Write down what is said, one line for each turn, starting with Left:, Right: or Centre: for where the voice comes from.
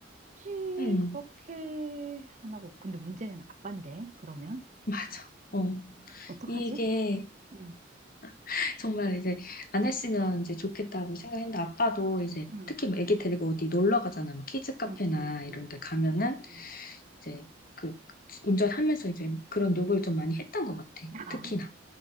Right: 굳이
Left: 응,
Right: 그렇게 안 하고, 근데 문제는 아빠인데, 그러면?
Left: 맞아. 어.
Right: 어떡하지?
Left: 이게
Right: 응,
Left: <laughs> 정말 이제 안 했으면 이제 좋겠다고 생각했는데 아빠도 이제
Right: 응,
Left: 특히 뭐 애기 데리고 어디 놀러 가잖아. 뭐 키즈 카페나
Right: 응, 응,
Left: 이런
Right: 응.
Left: 데 가면은
Right: 응.
Left: 이제 그 운전하면서 이제 그런 욕을 좀 많이 했던 것 같아.
Right: <laughs> 아,
Left: 특히나.